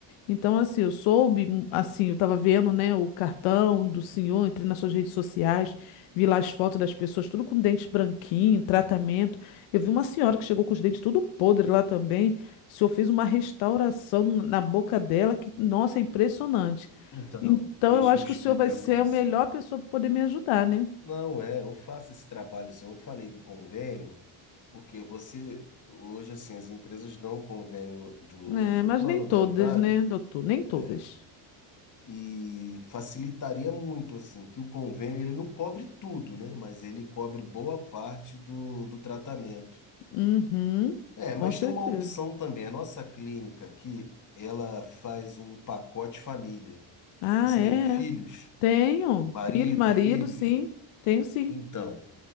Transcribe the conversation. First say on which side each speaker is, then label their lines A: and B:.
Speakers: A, on the left; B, on the left.
A: Então, assim, eu soube, mu- assim, eu tava vendo, né, o cartão do senhor, entrei nas suas redes sociais, vi lá as fotos das pessoas, tudo com dentes branquinho, tratamento. Eu vi uma senhora que chegou com os dentes tudo podre lá também. O senhor fez uma restauração na boca dela que, nossa, é impressionante.
B: Então,
A: Então,
B: deixa
A: eu acho
B: eu explicar
A: que o senhor vai ser
B: para você.
A: a melhor pessoa para poder me ajudar, né?
B: Não é, eu faço esse trabalho, assim, eu falei do convênio, porque você, hoje, assim, as empresas dão o convênio do
A: É, mas
B: o plano
A: nem todas,
B: dentário.
A: né, doutor? Nem todas.
B: É, e facilitaria muito, assim, que o convênio ele não cobre tudo, né? Mas ele cobre boa parte do, do tratamento.
A: Uhum,
B: É,
A: com
B: mas
A: certeza.
B: tem uma opção também. A nossa clínica aqui, ela faz um pacote família.
A: Ah,
B: Você
A: é.
B: tem filhos?
A: Tenho.
B: Marido,
A: Filhos, marido,
B: filhos?
A: sim. Tenho sim.
B: Então,